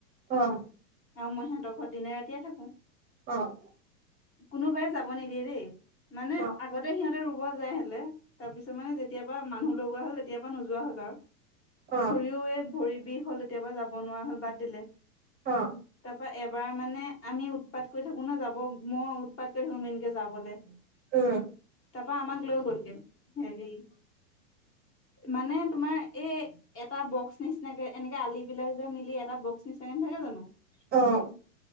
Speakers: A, on the right (about 20°); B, on the left (about 25°).
A: অ'।
B: আৰু মই সিহঁতৰ ঘৰত দিনে ৰাতিয়ে থাকো।
A: অ'।
B: কোনোবাই যাব নিদিয়ে দেই, মানে
A: অ
B: আগতে সিহঁতে ৰুব যায়হলে তাৰপিছত মানে যেতিয়াৰপৰা মানুহ লগোৱা হ'ল, তেতিয়াৰপা নোযোৱা হ'ল আৰু।
A: অ
B: খুৰীয়েও এ, ভৰি বিষ হ'ল তেতিয়াপা যাব নোৱাৰা হ'ল, বাদ দিলে।
A: অ'।
B: তাৰপা এবাৰ মানে আমি উৎপাত কৰি থাকো ন' যাব মই উৎপাত কৰি থাকো মেইনকে যাবলে।
A: উম।
B: তাৰপা আমাক লৈ গলগে হেৰি মানে তোমাৰ এই এটা বক্স নিচিনাকে এনেকে আলি বিলাক যে মিলি এটা বক্স নিচিনা নাথাকে জানো?
A: অ'।